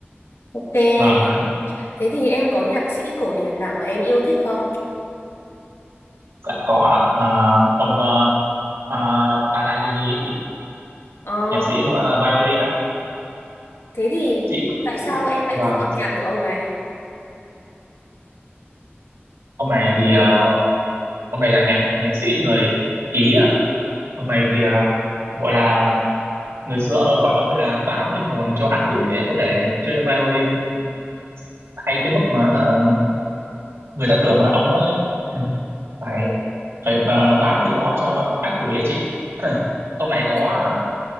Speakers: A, on the left (about 80°); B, on the right (about 85°).
A: ok em.
B: Vâng.
A: Thế thì em có nhạc sĩ cổ điển nào mà em yêu thích không?
B: Dạ có ạ. à, ông uh, uh, Panagini ấy chị
A: Ờ,
B: nhạc sĩ vi- violin á
A: thế thì
B: chị
A: tại
B: chị
A: sao em lại
B: vâng
A: thích âm nhạc của ông này?
B: ông này thì ờ, ông này là nhạc nhạc sĩ người Ý ạ ông này thì ờ, gọi là người xưa ờ, gọi ông ấy là bán linh hồn cho ác quỷ để có thể chơi violin hay tới mức mà ờ, người ta tưởng là ông ấy phải phải ờ, bán gì đó cho ác quỷ ấy chị <clears throat> ông này có
A: Tức-
B: hả